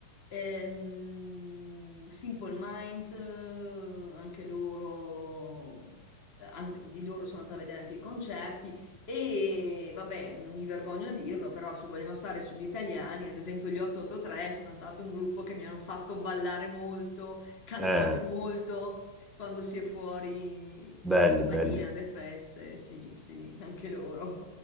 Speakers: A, on the left; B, in the centre.
A: Ehm, Simple Minds, eh, anche loro, eh, an- di loro sono andata a vedere anche i concerti e, vabbè, non mi vergogno a dirlo, però se vogliamo stare sugli italiani, ad esempio gli 883 sono stato un gruppo che mi hanno fatto ballare molto, cantare
B: Eh,
A: molto. Quando si è fuori
B: belli,
A: in compagnia,
B: belli.
A: alle feste, sì, sì, anche loro.